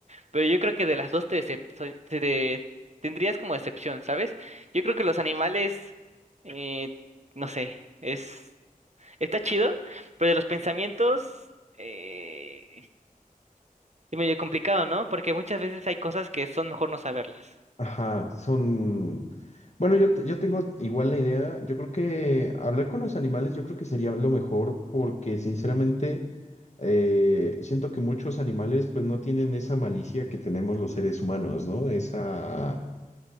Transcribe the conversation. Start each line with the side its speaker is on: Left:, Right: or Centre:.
Right: Pero yo creo que de las dos te, decep- so- te, te- tendrías como decepción, ¿sabes? Yo creo que los animales, eh, no sé, es está chido, pero de los pensamientos eh, es medio complicado, ¿no? Porque muchas veces hay cosas que son mejor no saberlas.
Left: ajá, son... Bueno, yo, te- yo tengo igual la idea, yo creo que hablar con los animales yo creo que sería lo mejor porque sinceramente eh, siento que muchos animales pues no tienen esa malicia que tenemos los seres humanos, ¿no? Esa